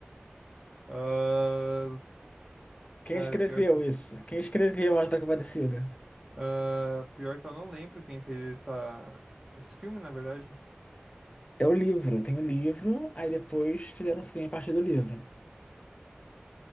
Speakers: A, in the centre; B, on the left.
A: Ah,
B: Quem
A: cara,
B: escreveu
A: pior que, eu-
B: isso? Quem escreveu A Hora da Compadecida?
A: ah, pior que eu não lembro quem fez essa... esse filme, na verdade.
B: É o livro. Tem o livro, aí depois fizeram um filme a partir do livro.